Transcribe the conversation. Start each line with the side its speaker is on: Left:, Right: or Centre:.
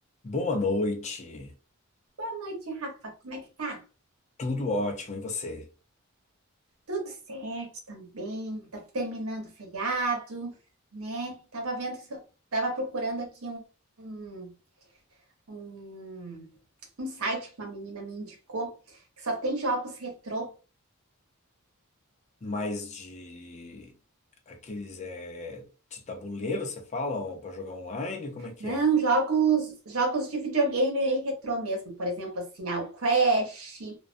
Left: Boa noite,
Right: Boa noite, Rafa. Como é que tá?
Left: tudo ótimo, e você?
Right: Tudo certo também. Tá terminando o feriado, né? Tava vendo, se eu- tava procurando aqui um, um, um, um site que uma menina me indicou que só tem jogos retrô.
Left: Mais de aqueles é, de tabuleiro, você fala, para jogar online? Como é que
Right: Não,
Left: é?
Right: jogos, jogos de videogame aí retrô mesmo. Por exemplo, assim, ah, o Crash,